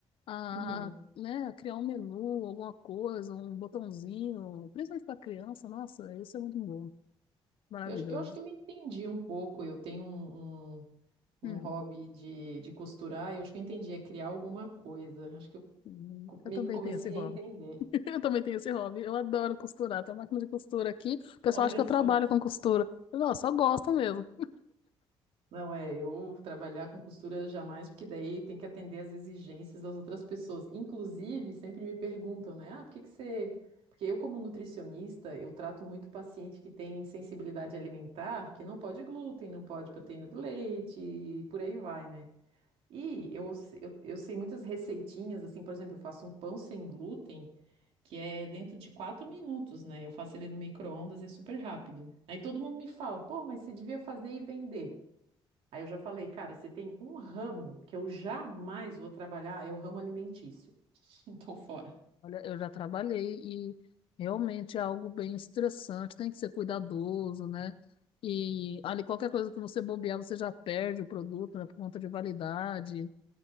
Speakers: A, on the left (about 65°); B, on the right (about 80°).
A: a,
B: uhum.
A: a, né, a criar um menu, alguma coisa, um botãozinho, principalmente para criança. Nossa, isso é muito bom, maravilhoso.
B: Eu, acho eu acho que eu entendi um pouco. Eu tenho um, um, um
A: Hum,
B: hobby de, de costurar, eu acho que eu entendi, é criar alguma coisa. Acho que eu
A: hum.
B: co-
A: Eu
B: meio
A: também
B: que comecei
A: tenho esse hobby.
B: a entender.
A: <laughs> Eu também tenho esse hobby. Eu adoro costurar. Tem uma máquina de costura aqui. O pessoal
B: Olha
A: acha que
B: só.
A: eu trabalho com costura. Nossa, só gosto mesmo.
B: Não é, eu trabalhar com costura jamais, porque daí tem que atender às exigências das outras pessoas. Inclusive, sempre me perguntam, né? Ah, por que que você. Porque eu, como nutricionista, eu trato muito paciente que tem sensibilidade alimentar, que não pode glúten, não pode proteína do leite, e por aí vai, né? E eu, se- eu, eu sei muitas receitinhas, assim, por exemplo, eu faço um pão sem glúten, que é dentro de quatro minutos, né? Eu faço ele no micro-ondas e é super rápido. Aí todo mundo me fala, pô, mas você devia fazer e vender. Aí eu já falei, cara, se tem um ramo que eu jamais vou trabalhar, é o ramo alimentício. <laughs> Então, fora.
A: Olha, eu já trabalhei e realmente é algo bem estressante, tem que ser cuidadoso, né? E ali qualquer coisa que você bobear, você já perde o produto, né, por conta de validade.